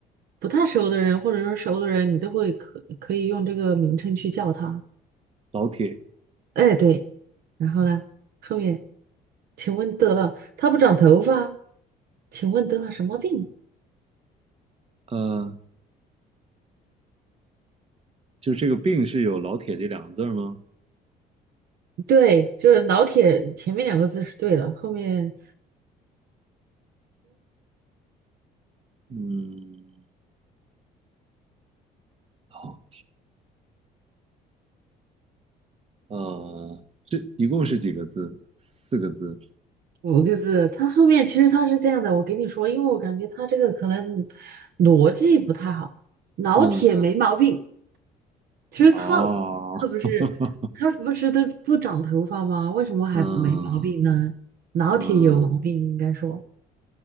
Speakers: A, on the right; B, on the right.
A: 不太熟的人，或者说熟的人，你都会可可以用这个名称去叫他。
B: 老铁，
A: 哎，对，然后呢，后面，请问得了，他不长头发，请问得了什么病？
B: 呃，就这个病是有老铁这两个字儿吗？
A: 对，就是老铁前面两个字是对的，后面。
B: 嗯，好，呃，这一共是几个字？四个字。
A: 五个字，他后面其实他是这样的，我给你说，因为我感觉他这个可能逻辑不太好。老铁嗯没毛病，
B: 嗯，
A: 其实他
B: 哦，
A: 他不是他不是都不长头发吗？
B: <laughs>
A: 为什么还没毛病呢？
B: 嗯
A: 老铁有嗯毛嗯病，
B: 嗯。
A: 应该说